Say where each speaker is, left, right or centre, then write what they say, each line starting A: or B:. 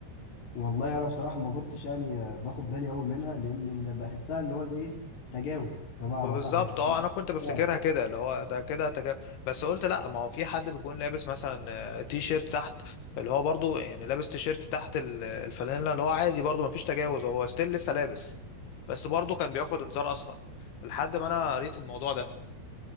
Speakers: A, on the left; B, on the left.
A: والله انا بصراحة ما كنتش يعني آه، باخد بالي قوي منها لان اللي بحسها اللي هو زي ايه تجاوز بمعنى
B: بالظبط
A: صح يعني
B: اه انا كنت بفتكرها
A: اه
B: كده اللي هو ده كده تك... بس قلت لا ما هو في حد بيكون لابس مثلا آه، تي شيرت تحت اللي هو برضو يعني لابس تي شيرت تحت ال- الفانيلا اللي هو عادي برضو ما فيش تجاوز هو ستيل لسه لابس بس برضو كان بياخد انذار اصفر لحد ما انا قريت الموضوع ده